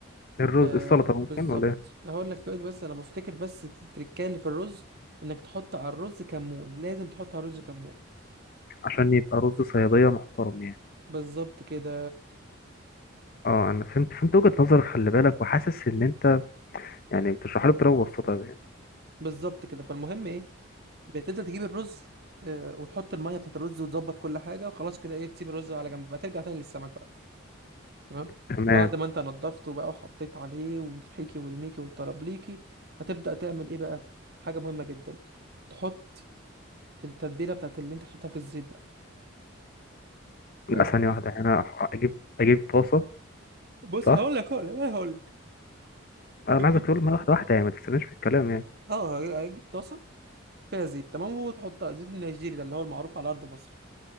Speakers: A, on the left (about 45°); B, on the right (about 50°).
A: الرز
B: آه
A: السلطة
B: بالظبط
A: ممكن ولا إيه
B: هقول لك دلوقتي بس انا بفتكر بس التركية اللي في الرز انك تحط على الرز كمون لازم تحط على الرز كمون
A: عشان يبقى رز صيادية محترم يعني
B: بالظبط كده
A: اه انا فهمت فهمت وجهة نظرك خلي بالك وحاسس ان انت يعني بتشرح لي بطريقه مبسطه يعني
B: بالظبط كده فالمهم ايه بتبدأ تجيب الرز آه وتحط المية بتاعت الرز وتظبط كل حاجة وخلاص كده ايه بتسيب الرز على جنب بقى ترجع تاني للسمك بقى تمام
A: تمام
B: بعد ما انت نضفته بقى وحطيت عليه والحيكي والميكي والترابليكي هتبدأ تعمل ايه بقى حاجة مهمة جدا تحط التتبيلة بتاعت اللي انت تحطها في الزيت بقى فاهم
A: لا ثانيه واحده يعني انا أح- اجيب اجيب طاسه
B: بص
A: صح
B: هقول لك هقول لك انا هقول لك
A: انا
B: هتجيب
A: عايزك تقول لي واحده واحده يعني ما تستناش في الكلام يعني
B: اه هتجيب طاسة فيها زيت تمام وتحطها زيت النيجيري ده اللي هو المعروف على ارض مصر